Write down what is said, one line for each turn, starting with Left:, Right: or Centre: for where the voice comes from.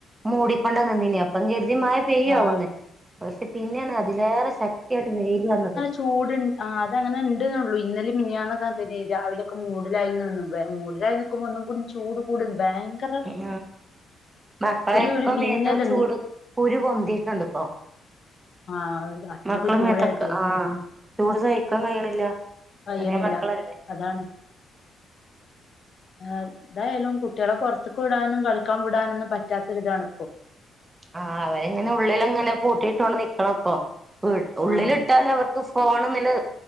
Right: മൂടിക്കൊണ്ടാ നിന്നിനേ അപ്പം കരുതി മഴ പെയ്യ
Left: ആഹ്
Right: ആവുന്ന പക്ഷെ പിന്നെയാണ് അതിലേറെ ശക്തിയായിട്ട് വെയ്ൽ വന്നത്
Left: ചൂട്ണ്ട് അത അങ്ങനെ ഉണ്ട്ന്നള്ളൂ ഇന്നലെ മിനിയാണൊക്ക അതന്നെയ്നി രാവിലൊക്കെ മൂടലായങ്ങനെ നിന്ന് വെ മൂടലായ ഒന്നും കൂടി ചൂട് കൂട ബയങ്കരം
Right: ഉം മക്കളൊക്കെ
Left: ഒരു ഒരു
Right: മേത്ത്
Left: വിങ്ങലും
Right: ചൂട് കുരു പൊന്തിയിട്ടുണ്ട് ഇപ്പൊ
Left: ആഹ് അത്രയ്ക്ക്
Right: മക്കളെ
Left: ചൂടായിട്ടേ
Right: മേത്തൊക്കെ ആഹ ചൂട് സഹിക്കാൻ കഴിയണില്ല
Left: കഴിയണില്ല
Right: ചെറിയ മക്കളല്ലേ
Left: അതാണ്
Right: <inaudible>
Left: ആ എതായാലും കുട്ടികളെ പുറത്തക്ക് വിടാനും കളിക്കാൻ വിടാനൊന്നും പറ്റാത്തൊരിതാണിപ്പം
Right: ആ അവരിങ്ങനെ ഉള്ളിൽ അങ്ങനെ പൂട്ടിയിട്ടോണ്ട് നിക്കണം അ ഉള്ളിലിട്ടൽ
Left: ആഹ്
Right: അവർക്ക് ഫോൺന്ന്ള്ള